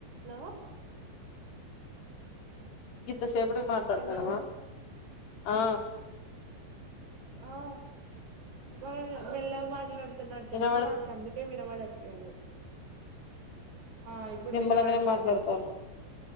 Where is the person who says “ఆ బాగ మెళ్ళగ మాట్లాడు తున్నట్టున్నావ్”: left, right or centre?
Right